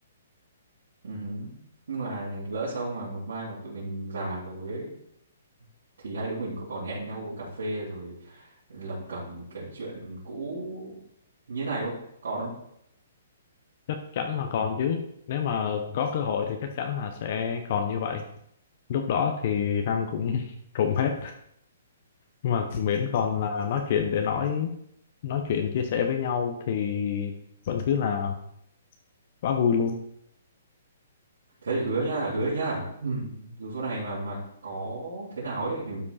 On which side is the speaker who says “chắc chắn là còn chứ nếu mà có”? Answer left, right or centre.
Left